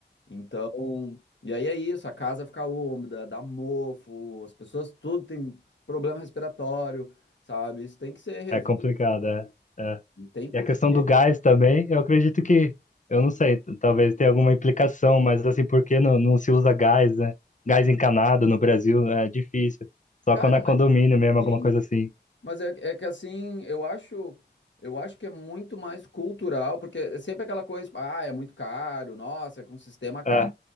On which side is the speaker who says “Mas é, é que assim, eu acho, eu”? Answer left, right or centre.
Left